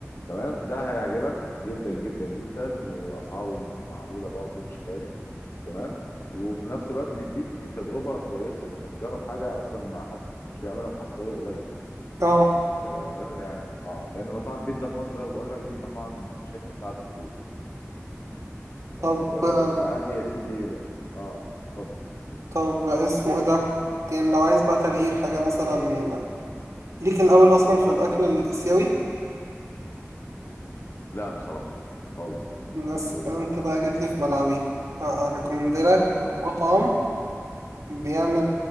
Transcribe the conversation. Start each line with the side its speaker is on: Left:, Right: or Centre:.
Left: تمام ده هيعجبك جدا جدا جدا واسعاره معقوله برضه مش غالي تمام وفي نفس الوقت بيديك تجربه كويسه ان انت بتجرب حاجه اصلا ما حدش بيعملها في مصر غير قليل
Right: أه
Left: آه غير يعني اه لان مطاعم البيتزا في مصر زي ما بقول لك دي مطاعم انا شايفها بتاعت فطير واخد
Right: طب
Left: بالك فادي يا سيدي اه اتفضل
Right: طب اسمه ايه ده كان لو عايز بقى تغيير حاجة مثلا ليك الأول أصلا في الأكل الآسيوي
Left: لا بصراحه خالص يعني
Right: بس
Left: ممكن تقول
Right: كده
Left: لي
Right: أنت
Left: عنه
Right: بقى جيت
Left: لو
Right: لي في
Left: انت
Right: ملعبي أريكومندلك
Left: اه
Right: مطعم بيعمل